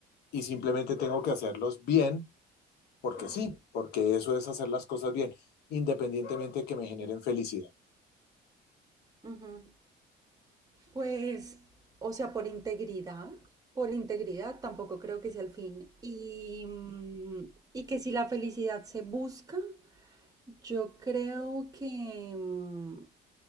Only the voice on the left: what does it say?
y simplemente tengo que hacerlos bien, porque
sí, porque eso es hacer las cosas bien, independientemente de que me generen felicidad.